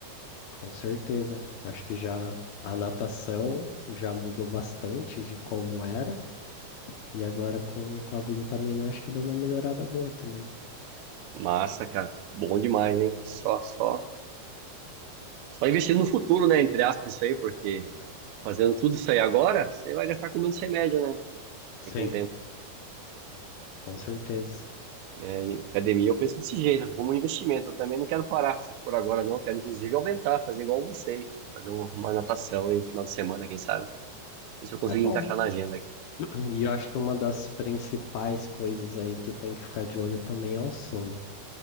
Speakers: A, on the left; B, on the right.
A: com certeza. Acho que já a natação já mudou bastante de como era. E agora com, com a glutamina, acho que deu uma melhorada boa também.
B: Massa, cara. Bom demais, hein? Só, só, só investir no futuro, né? Entre aspas, isso aí, porque fazendo tudo isso aí agora, você vai gastar com menos remédio, né?
A: Sim.
B: Daqui a um tempo.
A: Com certeza.
B: É, em academia eu penso desse jeito, como um investimento. Eu também não quero parar por agora, não. Eu Quero, inclusive, aumentar, fazer igual você, fazer um- uma natação aí no final de semana, quem sabe? Ver se eu conseguir
A: É bom.
B: encaixar na agenda aqui.
A: <clears throat> E eu acho que uma das principais coisas aí que tem que ficar de olho também é o sono.